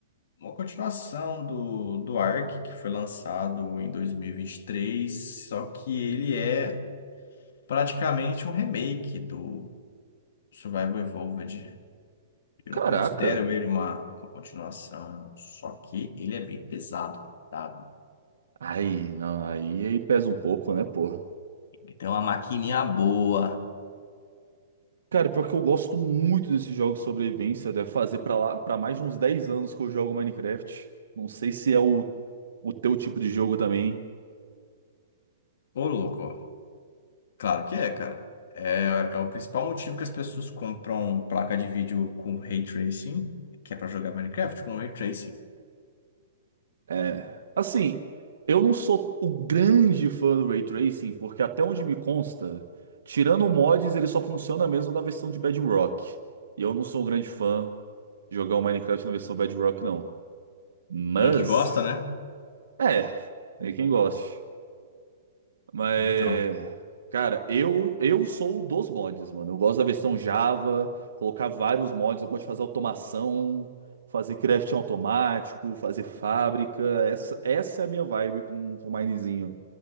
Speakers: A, on the left (about 65°); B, on the right (about 80°).
A: uma continuação do, do Ark, que foi lançado em 2023, só que ele é praticamente um remake do Survival Evolved. Eu
B: Caraca.
A: não considero ele uma, uma continuação, só que ele é bem pesado, tá?
B: Aí, não, aí, aí pesa um pouco, né, porra?
A: Tem que ter uma maquininha boa.
B: Cara, pior que eu gosto muito desses jogos de sobrevivência. Deve fazer pra lá, para mais de uns 10 anos que eu jogo Minecraft. Não sei se é o, o teu tipo de jogo também.
A: Ô, louco. Claro que é, cara. É, é o principal motivo que as pessoas compram placa de vídeo com ray tracing, que é pra jogar Minecraft com ray tracing.
B: É. Assim, eu não sou o grande fã do Ray Tracing, porque até onde me consta, tirando mods, ele só funciona mesmo na versão de Bedrock. E eu não sou um grande fã de jogar o Minecraft na versão Bedrock, não. Mas,
A: Quem que gosta, né?
B: é, tem quem goste. Mas,
A: Então,
B: cara, eu eu sou dos mods, mano. Eu gosto da versão Java, colocar vários mods, eu gosto de fazer automação, fazer crafting automático, fazer fábrica. Essa, essa é a minha vibe com com o Minezinho.